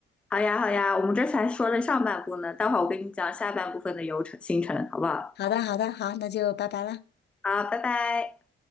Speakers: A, in the centre; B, on the left.
A: 好呀，好呀，我们这才说了上半部呢，待会儿我跟你讲下半部分的流程行程，好不好？
B: 好的，好的，好，那就拜拜了。
A: 好，拜拜。